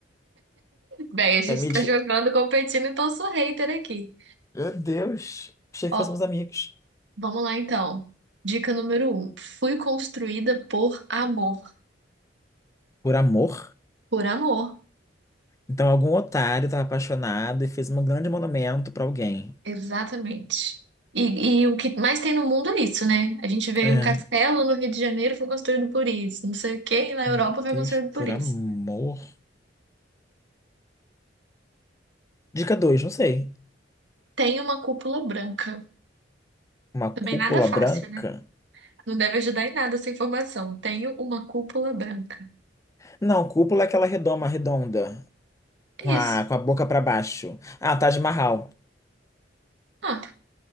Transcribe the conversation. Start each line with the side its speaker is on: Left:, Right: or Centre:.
Right: Bem, a gente
Left: Quer me...
Right: tá
Left: des-
Right: jogando, competindo, então sou hater aqui.
Left: Meu Deus! Achei
Right: Ó,
Left: que fôssemos amigos.
Right: vamos lá então. Dica número um. Fui construída por amor.
Left: Por amor?
Right: Por amor,
Left: Então algum otário estava apaixonado e fez um grande monumento para alguém.
Right: exatamente. E, e o que mais tem no mundo é isso, né? A gente vê
Left: É.
Right: um castelo no Rio de Janeiro foi construído por isso. Não sei o quê, na
Left: Meu
Right: Europa foi
Left: Deus,
Right: construído por
Left: por
Right: isso.
Left: amor. Dica 2, não sei.
Right: Tenho uma cúpula branca.
Left: Uma
Right: Também
Left: cúpula
Right: nada fácil,
Left: branca?
Right: né? Não deve ajudar em nada essa informação. Tenho uma cúpula branca.
Left: Não, cúpula é aquela redoma, redonda, com
Right: Isso.
Left: a, com a boca para baixo. Ah, Taj Mahal.
Right: Ah,